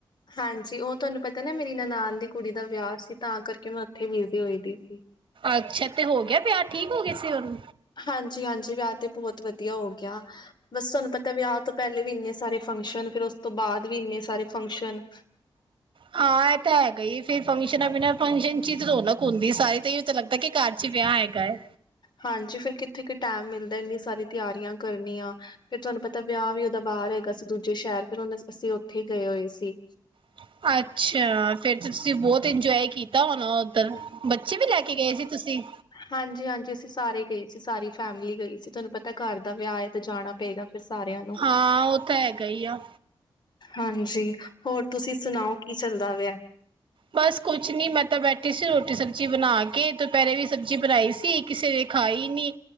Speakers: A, on the left; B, on the right.
A: ਹਾਂਜੀ ਉਹ ਤੁਹਾਨੂੰ ਪਤਾ ਨਾ ਮੇਰੀ ਨਨਾਨ ਦੀ ਕੁੜੀ ਦਾ ਵਿਆਹ ਸੀ ਤਾਂ ਕਰਕੇ ਮੈਂ ਉੱਥੇ ਬਿਜ਼ੀ ਹੋਈ ਦੀ ਸੀ।
B: ਅੱਛਾ ਤੇ ਹੋ ਗਿਆ ਵਿਆਹ ਠੀਕ ਹੋ ਗਿਆ ਸੀ ਉਹ?
A: ਹਾਂਜੀ-ਹਾਂਜੀ ਵਿਆਹ ਤੇ ਬਹੁਤ ਵਧੀਆ ਹੋ ਗਿਆ। ਬਸ ਤੁਹਾਨੂੰ ਪਤਾ ਵਿਆਹ ਤੋਂ ਪਹਿਲੇ ਵੀ ਇੰਨੇ ਸਾਰੇ ਫੰਕਸ਼ਨ ਫੇਰ ਉਸ ਤੋਂ ਬਾਅਦ ਵੀ ਇੰਨੇ ਸਾਰੇ ਫੰਕਸ਼ਨ।
B: ਹਾਂ ਇਹ ਤਾਂ ਹੈਗਾ ਇ ਏ ਫੇਰ। ਫੰਕਸ਼ਨਾਂ ਬਿਨਾਂ ਫੰਕਸ਼ਨ ਚ ਤੇ ਰੌਣਕ ਹੁੰਦੀ ਸਾਰੀ ਤਾਂ ਇ ਤਾਂ ਲਗਦਾ ਕਿ ਘਰ ਚ ਵਿਆਹ ਹੈਗਾ ਏ।
A: ਹਾਂਜੀ ਫਿਰ ਕਿੱਥੇ ਕਿ ਟੈਮ ਮਿਲਦਾ ਇੰਨੀ ਸਾਰੀ ਤਿਆਰੀਆਂ ਕਰਨੀਆਂ। ਫੇਰ ਤੁਹਾਨੂੰ ਪਤਾ ਵਿਆਹ ਵੀ ਉਹਦਾ ਬਾਹਰ ਹੈਗਾ ਸੀ ਦੂਜੇ ਸ਼ਹਿਰ ਫੇਰ ਉਹਨ ਅਸੀਂ ਉੱਥੇ ਹੀ ਗਏ ਹੋਏ ਸੀ।
B: <unintelligible> ਅੱਛਾ ਫੇਰ ਤਾਂ ਤੁਸੀਂ ਬਹੁਤ ਇੰਜੋਏ ਕੀਤਾ ਹੋਣਾ ਉੱਧਰ ਬੱਚੇ ਵੀ ਲੈ ਕੇ ਗਏ ਸੀ ਤੁਸੀਂ।
A: ਹਾਂਜੀ-ਹਾਂਜੀ ਅਸੀਂ ਸਾਰੇ ਗਏ ਸੀ, ਸਾਰੀ ਫੈਮਿਲੀ ਗਈ ਸੀ, ਤੁਹਾਨੂੰ ਪਤਾ ਘਰ ਦਾ ਵਿਆਹ ਏ ਤੇ ਜਾਣਾ ਪਏਗਾ। <unintelligible>
B: ਹਾਂ ਉਹ ਤਾਂ ਹੈਗਾ ਹੀ ਆ।
A: ਹਾਂਜੀ ਹੋਰ ਤੁਸੀਂ ਸੁਣਾਓ ਕੀ ਚੱਲਦਾ ਪਿਆ?
B: ਬਸ ਕੁਛ ਨੀ ਮੈਂ ਤਾਂ ਬੈਠੀ ਸੀ ਰੋਟੀ ਸਬਜ਼ੀ ਬਣਾ ਕੇ, ਕੇ ਦੁਪਹਿਰੇ ਵੀ ਸਬਜ਼ੀ ਬਣਾਈ ਸੀ ਕਿਸੇ ਨੇ ਖਾਈ ਨੀ